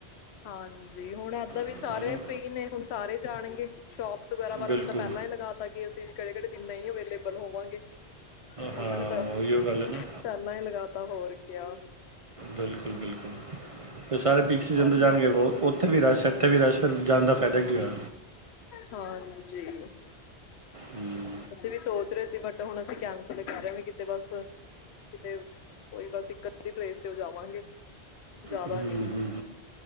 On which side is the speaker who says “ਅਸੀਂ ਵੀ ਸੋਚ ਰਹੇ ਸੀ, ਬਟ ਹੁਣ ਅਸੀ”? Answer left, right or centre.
Left